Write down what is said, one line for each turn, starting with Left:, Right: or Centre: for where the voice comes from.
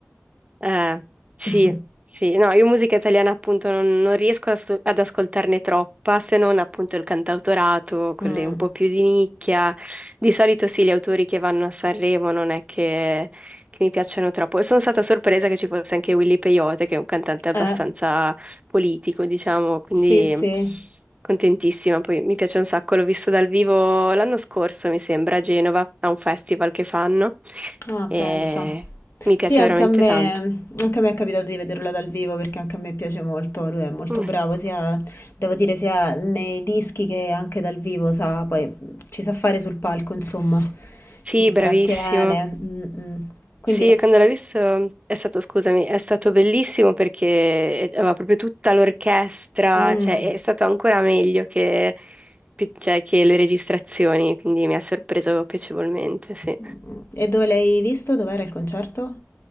Right: Eh, sì,
Left: <laughs>
Right: sì, no, io musica italiana appunto non, non riesco a so- ad ascoltarne troppa, se non appunto il cantautorato, quelle
Left: Mm,
Right: un po' più di nicchia. Di solito sì, gli autori che vanno a Sanremo non è che, che mi piacciono troppo. E sono stata sorpresa che ci fosse anche Willy Peyote, che è un cantante abbastanza
Left: eh,
Right: politico, diciamo, quindi
Left: sì, sì.
Right: contentissima. Poi mi piace un sacco, l'ho visto dal vivo l'anno scorso, mi sembra, a Genova, a un festival che fanno.
Left: Ah,
Right: E...
Left: pensa.
Right: Mi
Left: Sì,
Right: piace
Left: anche
Right: veramente
Left: a me,
Right: tanto.
Left: anche a me è capitato di vederlo dal vivo perché anche a me piace molto, lui è molto
Right: Mm,
Left: bravo, sia, devo dire, sia nei dischi che anche dal vivo, sa, poi ci sa fare sul palco, insomma,
Right: Sì,
Left: intrattiene.
Right: bravissimo.
Left: mm, mm. Quindi
Right: Sì,
Left: no.
Right: quando l'ho visto è stato, scusami, è stato bellissimo perché aveva proprio tutta l'orchestra,
Left: mm,
Right: cioè è stato ancora meglio che, pi- cioè, che le registrazioni, quindi mi ha sorpreso piacevolmente, sì.
Left: mm. E dove l'hai visto? Dov'era il concerto?